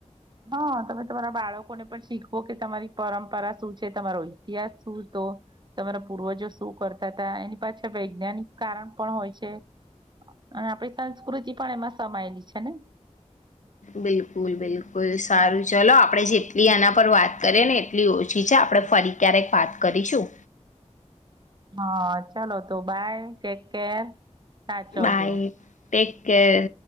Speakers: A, on the right (about 35°); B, on the left (about 80°).
A: હા તમે તમારા બાળકોને પણ શીખવો કે તમારી પરંપરા શું છે તમારો ઇતિહાસ શું હતો તમારા પૂર્વજો શું કરતા હતા એની પાછા વૈજ્ઞાનિક કારણ પણ હોય છે અને આપણી સંસ્કૃતિ પણ એમાં સમાયેલી છે ને
B: બિલકુલ બિલકુલ સારું ચલો આપણે જેટલી આના પર વાત કરીએ ને એટલી ઓછી છે આપડણે ફરી ક્યારેક વાત કરીશું
A: હા ચાલો તો બાય ટેક કેર સાચવજુ
B: બાય ટેક કેર